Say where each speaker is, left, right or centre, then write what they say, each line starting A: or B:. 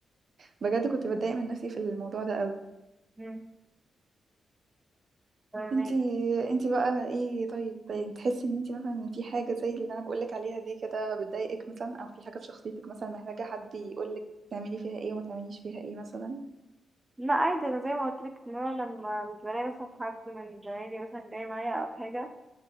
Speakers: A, on the right; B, on the right.
A: بجد كنت بتضايق من نفسي في الموضوع ده قوي
B: مم. فاهمك.
A: انتي انتي بقى ايه طيب يعني تحسي ان انتي مثلا في حاجة زي اللي انا بقولك عليها دي كده بتضايقك مثلا او في حاجة في شخصيتك مثلا محتاجة حد يقولك تعملي فيها ايه وما تعمليش فيها ايه مثلا
B: لا عادي انا زي ما قلت لك ان انا لما مش بلاقي مثلا حد من زمايلي مثلا جاي معايا او حاجه